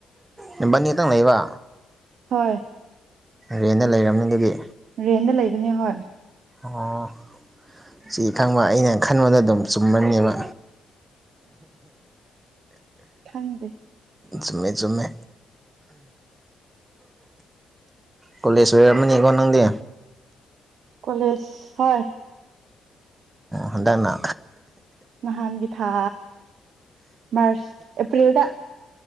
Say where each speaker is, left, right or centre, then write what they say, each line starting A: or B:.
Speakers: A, on the right; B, on the right.
A: ꯅꯕꯥꯅꯤ ꯈꯛꯇꯪ ꯂꯩꯕ
B: ꯍꯣꯏ
A: ꯔꯦꯟꯗ ꯂꯩꯔꯝꯅꯤ ꯑꯗꯨꯒꯤ
B: ꯔꯦꯟꯗ ꯂꯩꯕꯅꯦ ꯍꯣꯏ
A: ꯑꯣ ꯆꯦ ꯈꯪꯕ ꯑꯩꯅ ꯈꯟꯕꯗ ꯑꯗꯨꯝ ꯆꯨꯝꯃꯅꯦꯕ
B: ꯈꯪꯗꯦ
A: ꯆꯨꯝꯃꯦ ꯆꯨꯝꯃꯦ ꯀꯣꯂꯦꯖ ꯑꯣꯏꯔꯝꯝꯕꯅꯦꯀꯣ ꯅꯪꯗꯤ
B: ꯀꯣꯂꯦꯖ ꯍꯣꯏ
A: ꯍꯟꯗꯛꯅ
B: ꯅꯍꯥꯟꯒꯤ ꯊꯥ ꯃꯥꯔꯆ ꯑꯦꯄ꯭ꯔꯤꯜꯗ